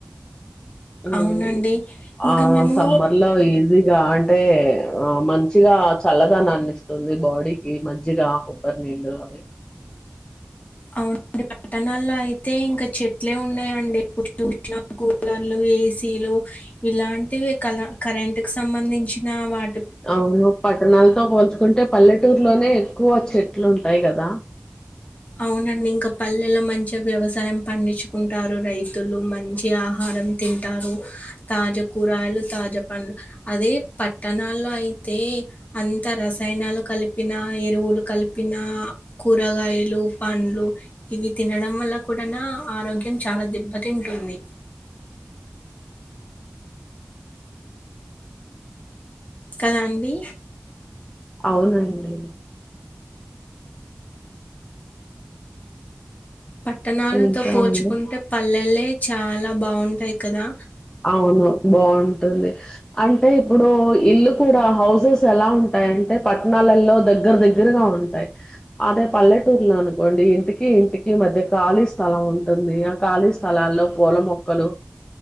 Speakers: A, on the left (about 20°); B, on the left (about 35°).
A: ఊమ్
B: అవునండి ఇంకా
A: ఆ
B: మేము
A: సమ్మర్ లో ఈజీగా అం టే ఆ మంచిగా చల్లదనాన్నిస్తుంది బాడీకి మజ్జిగా కొబ్బరి నీళ్లు ఒయ్
B: అవున డ్ పట్టణాల్లో అయితే ఇంకా చెట్లే ఉండయండి ఎప్పుడు చూసిన కూలర్లు ఏసీలు ఇలాంటివి కల కరెంట్ కి సంబంధించిన వా
A: అవును పట్టణాలతో పోల్చుకుంటే పల్లెటూరులోనే ఎక్కువ చెట్లు ఉంటాయి కదా దా
B: అవునండి ఇంకా పల్లెలో మంచిగా వ్యవసాయం పండించుకుంటారు రైతులు మంచి ఆహార రం తింటారు తాజా కూరగాయలు తాజా పండ్లు అదే పట్టణాల్లో అయితే అంత రసాయం ఎనాలు కలిపిన ఎరువులు కలిపిన కూరగాయలు పండ్లు ఇవి తినడం వల్ల కూడాన ఆరోగ్యం చాలా దెబ్బతింటుంది కదా అండి
A: అవునండి
B: పట్టణాలతో
A: ఇంకా
B: పోల్చుకుంటే
A: అండి
B: పల్లెలే చాలా బాగుంటాయి కదా
A: అవును బాగుంటుంది అంటే ఇప్పుడు ఇల్లు కూడా హౌజెస్ ఎలా ఉంటాయంటే పట్టణాలలో దగ్గర దగ్గరగా ఉంటాయి అదే పల్లెటూర్లు అనుకోండి ఇంటికి ఇంటికి మధ్య ఖాళీస్త అల ఉంటుంది ఆ ఖాళీ స్థలాల్లో పూల మొక్కలు